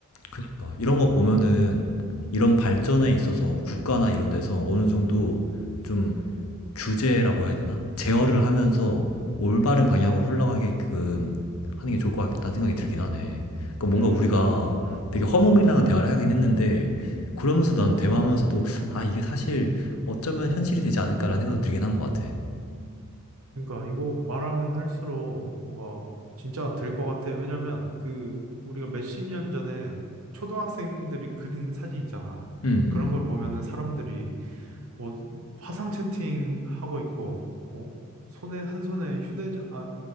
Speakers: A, on the left (about 80°); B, on the right (about 85°).
A: 그니까. 이런 거 보면은 이런 발전에 있어서 국가나 이런 데서 어느 정도 좀 규제라고 해야 되나? 제어를 하면서 올바른 방향으로 흘러가게끔 하는 게 좋을 것 같다는 생각이 들긴 하네. 그러니까 뭔가
B: 음,
A: 우리가 되게 허무맹랑한 대화를 하긴 했는데 그러면서 난 대화하면서도 아 이게 사실 어쩌면 현실이 되지 않을까라는 생각도 들긴 한 것 같아.
B: 그러니까 이거 말하면 할수록 뭔가 진짜 될 것 같아. 왜냐면 그 우리가 몇십 년 전에 초등학생들이 그린 사진 있잖아.
A: 음, 음. 음.
B: 그런 걸 보면은 사람들이 뭐 화상 채팅 하고 있고, 뭐 손에 한 손에 휴대전 아